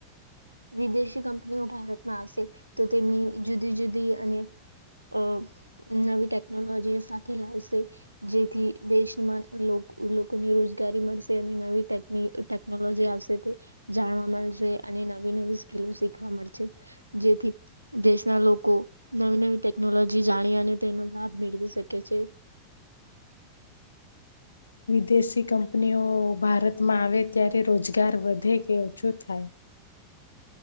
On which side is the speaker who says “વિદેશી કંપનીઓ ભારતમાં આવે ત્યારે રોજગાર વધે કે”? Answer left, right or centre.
Left